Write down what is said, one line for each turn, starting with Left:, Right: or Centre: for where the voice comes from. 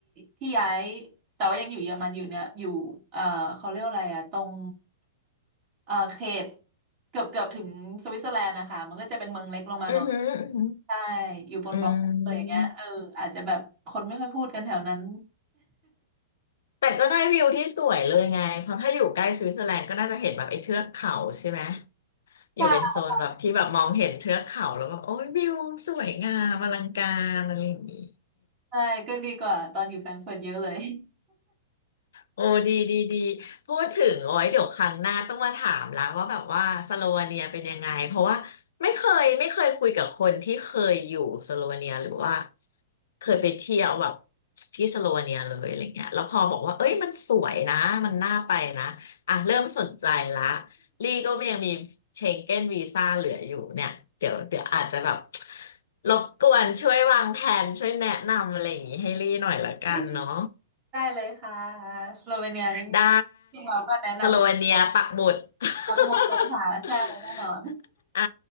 Right: ที่ย้ายแต่ว่ายังอยู่เยอรมันอยู่เนี่ยอยู่เอ่อเขาเรียกอะไรอะตรงเอ่อเขตเกือบเกือบถึงสวิตเซอร์แลนด์นะคะมันก็จะเป็นเมืองเล็กลงมาหน่อย
Left: อือหอือหอ
Right: ใช่อยู่บนบอกเลยอย่างเงี้ยเอออาจจะแบบคนไม่ค่อยพูดกันแถวนั้น
Left: อืมแต่ก็ได้วิวที่สวยเลยไงเพราะถ้าอยู่ใกล้สวิตเซอร์แลนด์ก็น่าจะเห็นแบบไอ้เทือกเขาใช่ไหมอยู่เป็นโซนแบบที่แบบมองเห็นเทือกเขาแล้วก็โอ้ยวิวสวยงามอลังการอะไรอย่างนี้
Right: ใช่ ใช่ก็ดีกว่าตอนอยู่แฟรงก์เฟิร์ตเยอะเลย
Left: โอ้ดีดีดีพูดถึงโอาไว้ยเดี๋ยวครั้งหน้าต้องมาถามละว่าแบบว่าสโลวาเนียเป็นยังไงเพราะว่าไม่เคยไม่เคยคุยกับคนที่เคยอยู่สโลวาเนียหรือว่าเคยไปเที่ยวแบบที่สโลวาเนียเลยอะไรเงี้ยแล้วพอบอกว่าเอ้ยมันสวยนะมันน่าไปนะอ่ะเริ่มสนใจละลี่ก็ยังมีเชงเก้นวีซ่าเหลืออยู่เนี่ยเดี๋ยวเดี๋ยวอาจจะแบบรบกวนช่วยวางแผนช่วยแนะนำอะไรอย่างงี้ให้ลี่หน่อยละกันเนาะ
Right: <laughs> ได้เลยค่ะสโลเวเนียนี่
Left: ได้
Right: ที่เราก็แนะนำหมด
Left: สโลเวเนียปักหมุด <laughs>
Right: หมดเลยค่ะใช่แน่นอน
Left: อ่ะ